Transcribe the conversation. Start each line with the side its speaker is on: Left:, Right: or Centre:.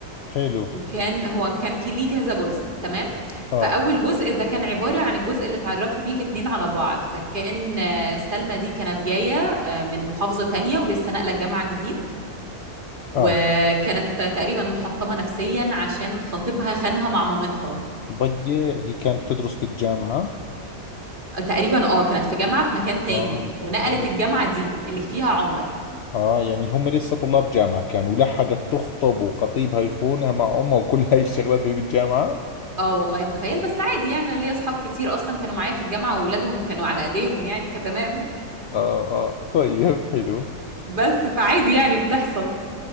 Left: حلو
Right: وكان هو كان كي- ليه كذا جزء تمام
Left: آه
Right: فاول جزء ده كان عباره عن الجزء اللي اتعرفوا بيه الاتنين على بعض فكان آه، سلمى دي كانت جايه آه، من محافظه تانية ولسه ناقله جامعه جديد
Left: آه
Right: وكانت تقريبا محطمه نفسيا عشان خطيبها خانها مع مامتها
Left: ضية هي كانت تدرس بالجامعة
Right: تقريبا اه كانت في جامعة في مكان تاني
Left: اه
Right: ونقلت
Left: يعني
Right: الجامعة دي اللي فيها عمر
Left: اه يعني هم لسه طلاب جامعة كانوا ولحقت تخطب وخطيبها يخونها مع امها وكل هاي الشغلات وهي بالجامعة
Right: اه والله تخيل بس عادي يعني انا ليا اصحاب كتير اصلا كانوا معايا في الجامعة وولادهم كانوا على ايديهم يعني فتمام
Left: اه اه طيب حلو
Right: بس فعادي يعني بتحصل